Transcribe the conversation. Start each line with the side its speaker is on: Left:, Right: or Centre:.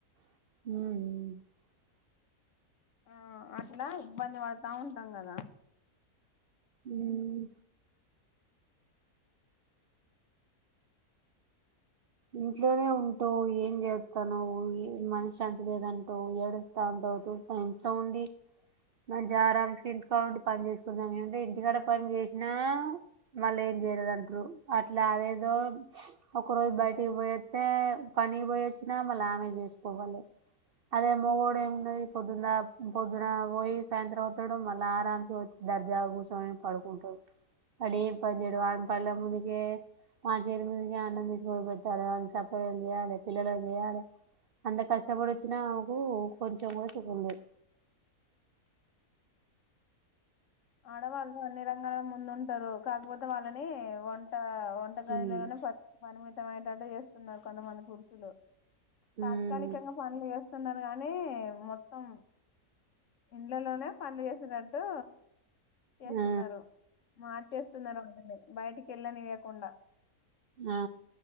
Right: హమ్
Left: ఆ అట్లా ఇబ్బంది పడతా ఉంటాం కదా
Right: హ్మ్మ్ ఇంట్లోనే ఉంటావు ఏం చేస్తున్నావు మనశ్శాంతి లేదంటే టు ఏడుస్ తాండవ్ తుత్ ఇంట్లో ఉండి మాజారనికి ఇంటి కాడ ఉండి పని చేసుకుందాం ఏంటే ఇంటికాడ పని చేసినా మళ్ళే చేదంటారు అట్లా అదేదో ఒక రోజు బయట ఇంటికి పోయస్తే పనికి పోయొచ్చినా మళ్ళీ ఆమె చేసుకోవాలి అదే మోగోడై ఉంటే పొద్దున్న పొద్దున పోయి సాయంత్రం అవుతాడు మళ్ళీ ఆరామ్ గా వచ్చి దర్జా కూర్చొని పడుకుంటాడు వాడేం పని చెయ్యడు
Left: ఆ
Right: వాడి కళ్ళ ముందుకే మా చేరి ముందుక అన్నం తీసుక్ సప్ప చేయాలి యా పిల్లల కి చేయాలి అంత కష్ట్ ఇష్టపడి వచ్చినా మాకు కొంచెం కూడా సుఖం లేదు
Left: ఆడవాళ్ళు అన్ని రంగాల ముందు ఉంటారు కాకపోతే వాళ్ళని వంట వంటగదిలోగానే
Right: ఉమ్
Left: ప పరిమితమయటట్టు చేస్తున్నారు కొంతమంది పురుషులు
Right: ఉమ్
Left: తాత్కాలికంగా పనులు చేస్తున్నారు కానీ మొత్తం ఇళ్లలోనే పనులు చేసేటట్టు, చేస్తున్నారు
Right: ఆ
Left: మార్చేస్తున్నారు అన్ని బయటికి కెళ్ళనీయకుండా,
Right: ఆ